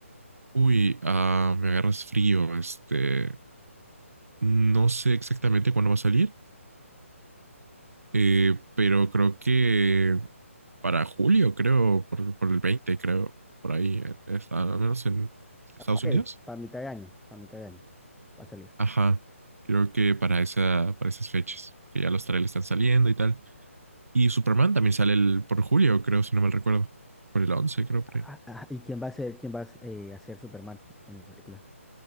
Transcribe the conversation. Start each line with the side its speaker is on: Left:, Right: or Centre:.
Right: Uy, ah, me agarras frío. Este, no sé exactamente cuándo va a salir, eh, pero creo que para julio, creo, por, por el 20, creo, por ahí, en- es- ah, al menos en Estados
Centre: Ok,
Right: Unidos.
Centre: para mitad de año, para mitad de año va a salir.
Right: Ajá, creo que para esa, para esas fechas, que ya los trailers están saliendo y tal. Y Superman también sale el, por julio, creo, si no mal recuerdo, por el 11, creo, por
Centre: Ah,
Right: ahí.
Centre: ah, ¿y quién va a ser, quién va a, s- eh, a ser Superman en la película?